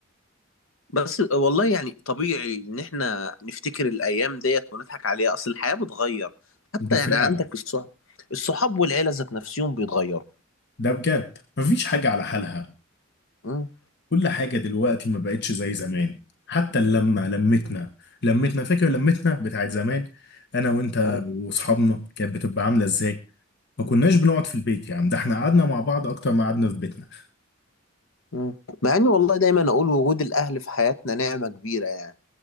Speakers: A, on the left; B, on the left.
A: بس والله يعني طبيعي ان احنا نفتكر الايام ديت ونضحك عليها اصل الحياه بتغير حتى
B: ده فعلا
A: يعني عندك الصحاب الصحاب والعيله ذات نفسهم بيتغيروا
B: ده بجد مفيش حاجة على حالها
A: مم.
B: كل حاجة دلوقتي ما بقتش زي زمان حتى اللمة لمتنا لمتنا فاكر لمتنا بتاعت زمان انا وانت
A: أيوة.
B: واصحابنا كانت بتبقى عاملة ازاي ما كناش
A: مم.
B: بنقعد في البيت يعني ده احنا قعدنا مع بعض اكتر ما قعدنا في بيتنا
A: مم. مع اني والله دايما اقول وجود الاهل في حياتنا نعمه كبيره يعني